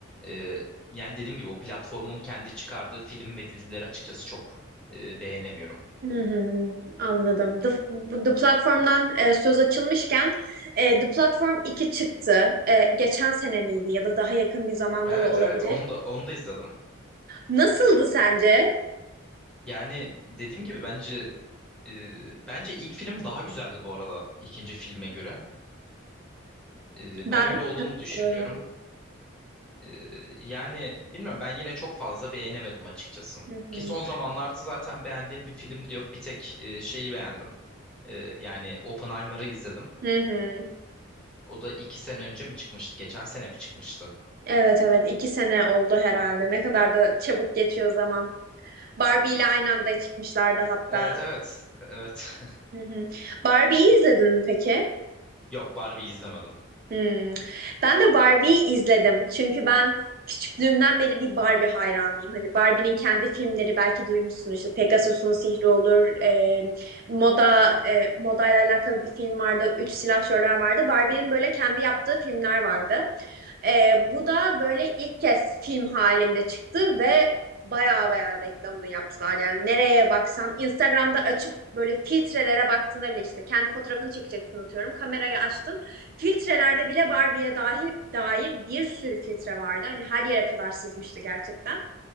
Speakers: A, in the centre; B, on the right.
A: e, yani dediğim gibi o platformun kendi çıkardığı film ve dizileri açıkçası çok e, beğenemiyorum.
B: hı hı, anladım. The, bu The Platform'dan e, söz açılmışken e, The Platform iki çıktı. E, geçen sene miydi ya da daha yakın bir zamanda
A: Evet
B: da olabilir.
A: evet onu da onu da izledim.
B: Nasıldı sence?
A: Yani dediğim gibi bence e, bence ilk film daha güzeldi bu arada ikinci filme göre. E,
B: Ben
A: ben öyle olduğunu düşünüyorum.
B: Doğru.
A: E, yani bilmiyorum ben yine çok fazla beğenemedim açıkçası.
B: Hı hı.
A: Ki son zamanlarda zaten beğendiğim bir film de yok. Bir tek e, şeyi beğendim. E, yani Oppenheimer'ı izledim.
B: Hı hı.
A: O da iki sene önce mi çıkmıştı? Geçen sene mi çıkmıştı?
B: Evet evet iki sene oldu herhalde. Ne kadar da çabuk geçiyor zaman. Barbie ile aynı anda çıkmışlardı hatta.
A: Evet evet evet. <laughs>
B: Hı hı. Barbie'yi izledin mi peki?
A: Yok Barbie'yi izlemedim.
B: Hmm. Ben de Barbie'yi izledim. Çünkü ben küçüklüğümden beri bir Barbie hayranıyım. Hani Barbie'nin kendi filmleri belki duymuşsun işte Pegasus'un Sihri olur, e, moda e, modayla alakalı bir film vardı, Üç Silahşörler vardı. Barbie'nin böyle kendi yaptığı filmler vardı. E, bu da böyle ilk kez film halinde çıktı ve baya baya reklamını yaptılar. Yani nereye baksan Instagram'da açıp böyle filtrelere baktığında bile işte kendi fotoğrafını çekeceksin atıyorum. Kamerayı açtın. Filtrelerde bile Barbie'ye dahil dair bir sürü filtre vardı. Hani her yere kadar sızmıştı gerçekten.